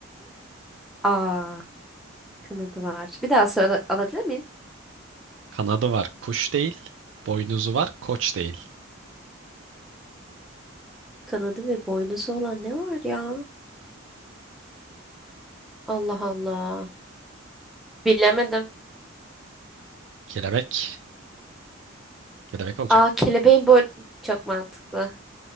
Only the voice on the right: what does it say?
Kanadı var kuş değil. Boynuzu var koç değil.
Kelebek. Kelebek olacak.